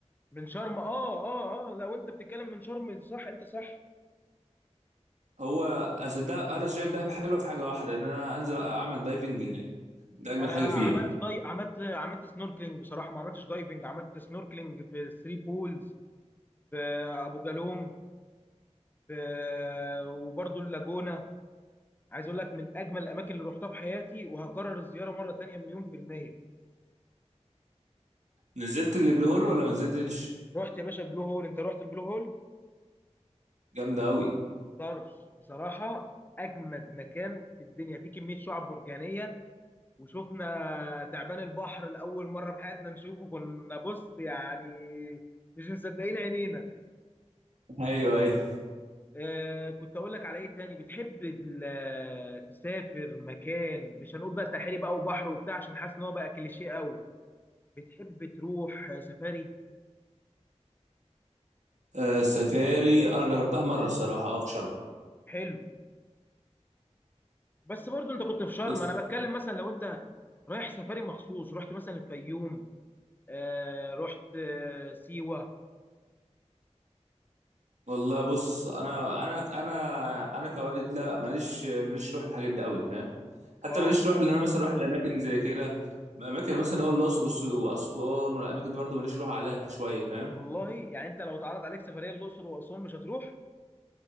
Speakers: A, on the left; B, on the right.
A: من شرم اه اه اه لو انت بتتكلم من شرم صح انت صح
B: هو اصل دهب انا شايف دهب حلوه في حاجه واحده ان انا انزل اعمل دايفنج هناك ده اجمل
A: انا
B: حاجه
A: عملت
B: فيها
A: داي عملت عملت سنوركلينج بصراحة ما عملتش دايفنج عملت سنوركلينج في ثري بولز في ابو جالوم في وبرضه اللاجونة عايز اقول لك من اجمل الاماكن اللي رحتها في حياتي وهكرر الزياره مره تانية مليون في الميه
B: نزلت اللي بلو هول ولا ما نزلتش
A: رحت يا باشا بلو هول انت رحت البلو هول
B: جامده قوي
A: طرش بصراحه اجمد مكان في الدنيا في كميه شعاب مرجانيه وشفنا تعبان البحر لاول مره في حياتنا نشوفه كنا بص يعني مش مصدقين عينينا
B: ايوه ايوه
A: آه كنت اقول لك على ايه تاني بتحب ال- تسافر مكان مش هنقول بقى ساحلي بقى وبحر وبتاع عشان حاسس ان هو بقى كليشيه قوي بتحب تروح سفاري
B: آه، السفاري انا جربتها مره الصراحه اه في شرم
A: حلو بس برضو انت كنت في شرم
B: بص
A: انا بتكلم مثلا لو انت رايح سفاري مخصوص رحت مثلا الفيوم آه رحت آه سيوه
B: والله بص انا انا انا انا كوالد لا ماليش ماليش روح الحاجات دي قوي فاهم حتى
A: اه
B: ماليش روح ان انا مثلا اروح الاماكن زي كده اماكن مثلا اللي هو الاقصر والس- واسوان والاماكن دي برضه ماليش روح عليها شويه فاهم
A: والله يعني انت لو اتعرض عليك سفريه الاقصر واسوان مش هتروح